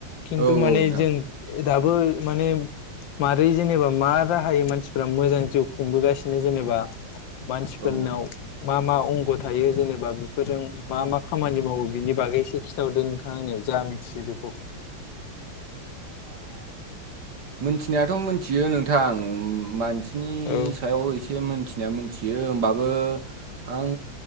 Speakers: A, on the left; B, on the right.
A: खिन्थु
B: औ
A: माने
B: औ नोंथां
A: जों दाबो माने मारै जेनेबा मा राहायै मानसिफ्रा मोजां जिउ खुंबोगासिनो जेनेबा मानसिफोरनाव
B: औ
A: मा मा अंग' थायो जेनेबा बेफोरजों मा मा खामानि मावो बिनि बागैसे खिथाहरदो नोंथां आंनो जा मिथियो बेखौ।
B: मोन्थिनायाथ' मोन्थियो नोंथां मानसिनि
A: औ
B: सायाव एसे मोन्थानाया मोन्थियो होमबाबो आं